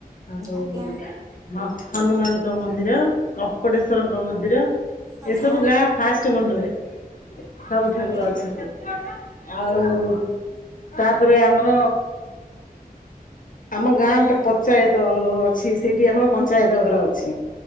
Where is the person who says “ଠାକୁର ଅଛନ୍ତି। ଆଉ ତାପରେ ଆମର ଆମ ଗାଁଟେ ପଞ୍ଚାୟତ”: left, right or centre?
Left